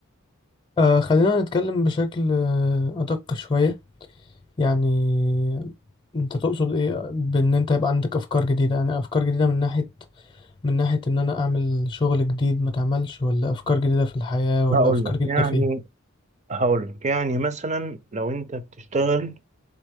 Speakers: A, on the left; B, on the right.
A: أه خلينا نتكلم بشكل أه، أدق شوية يعني انت تقصد ايه بان انت يبقى عندك افكار جديدة يعني افكار جديدة من ناحية من ناحية إن أنا أعمل شغل جديد ما اتعملش ولا أفكار جديدة في الحياة ولا
B: هقول
A: أفكار
B: لك
A: جديدة
B: يعني
A: في إيه
B: هقول لك يعني مثلا لو أنت بتشتغل